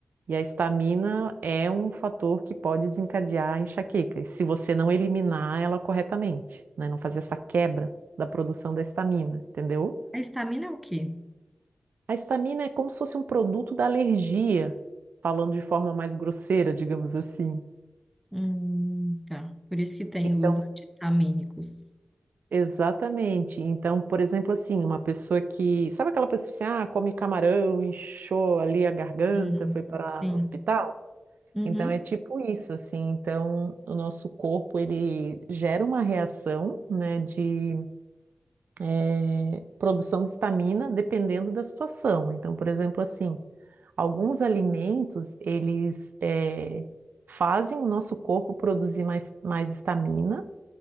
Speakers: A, on the right (about 85°); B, in the centre.
A: E a estamina é um fator que pode desencadear a enxaqueca, e se você não eliminar ela corretamente, né? Não fazer essa quebra da produção da estamina, entendeu?
B: A estamina é o quê?
A: A histamina é como se fosse um produto da alergia, falando de forma mais grosseira, digamos assim.
B: Hum, tá. Por isso que tem
A: Então,
B: os anti-histamínicos.
A: exatamente. Então, por exemplo, assim, uma pessoa que. Sabe aquela pessoa assim, ah, come camarão, inchou ali a garganta,
B: Hum,
A: foi parar
B: sim.
A: no hospital?
B: Uhum,
A: Então, é tipo isso, assim. Então, o nosso corpo, ele gera uma reação, né, de eh, produção de histamina, dependendo da situação. Então, por exemplo, assim. Alguns alimentos, eles eh, fazem o nosso corpo produzir mais, mais estamina.